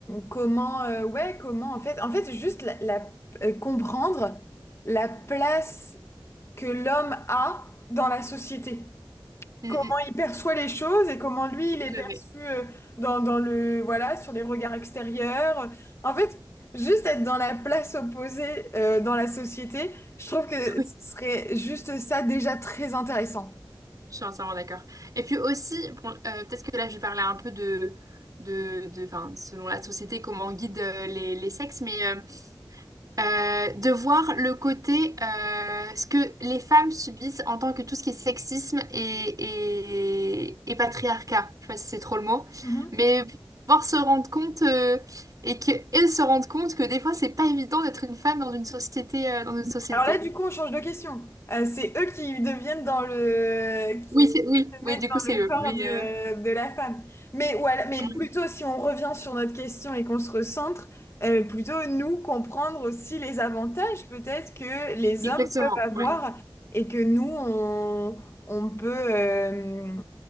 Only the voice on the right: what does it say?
Mm,
mm,
tout
à fait.
<laughs> Oui,
je suis entièrement d'accord. Et puis aussi, bon, euh, peut-être que là, je vais parler un peu de, de, de, enfin, selon la société, comment on guide euh, les, les sexes, mais... euh, Euh, de voir le côté euh, ce que les femmes subissent en tant que tout ce qui est sexisme et, et, et patriarcat. Je sais pas si c'est trop le mot,
mais pouvoir se rendre compte euh, et qu'elles se rendent compte que des fois c'est pas évident d'être une femme dans une société euh, dans une société.
Oui, c'est oui,
oui,
du
coup c'est
eux.
Mais
euh,
oui,
exactement,
ouais,